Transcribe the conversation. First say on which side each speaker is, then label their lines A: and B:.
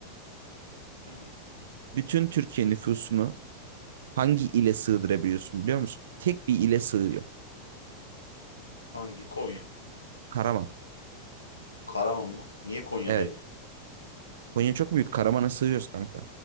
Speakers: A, on the left (about 80°); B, on the right (about 60°).
A: Yani
B: Bütün Türkiye nüfusunu hangi ile sığdırabiliyorsun biliyor musun? Tek bir ile sığıyor.
A: hangi? Konya.
B: Karaman.
A: Karaman mı? Niye Konya
B: Evet.
A: değil?
B: Konya çok büyük. karamana sığıyoruz kanka.